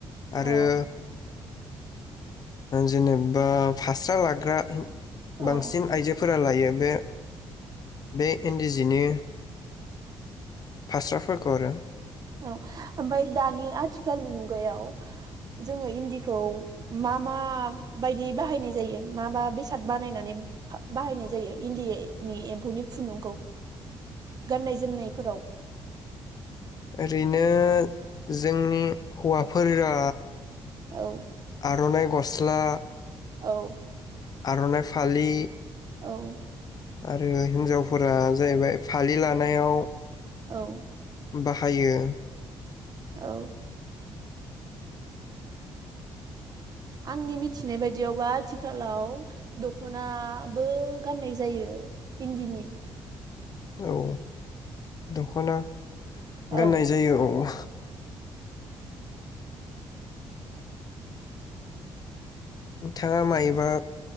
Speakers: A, on the left; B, on the right.
A: आरो
B: औ
A: जेनेबा फास्रा लाग्रा
B: औ ओं
A: बांसिन आइजोफोरा लायो बे बे इन्दि जिनि फास्राफोरखौ आरो
B: औ ओमफाय दानि आथिखालनि मुगायाव जोङो इन्दिखौ मा मा बायदि बाहायनाय जायो मा मा बेसाद बानायनानै बाहायनाय जायो इन्दिनि एम्फौनि खुन्दुंखौ गाननाय जोमनायफोराव
A: ओरैनो जोंनि हौवाफोरा
B: औ
A: आर'नाइ गस्ला
B: औ
A: आर'नाइ फालि
B: औ
A: आरो हिन्जावफोरा जाहैबाय फालि लानायाव
B: औ
A: बाहायो
B: औ आंनि मिथिनाय बायदियावबा आथिखालाव दख'नाबो गाननाय जायो इन्दिनि
A: औ दख'ना गाननाय
B: औ
A: जायो औ नोंथाङा मायोबा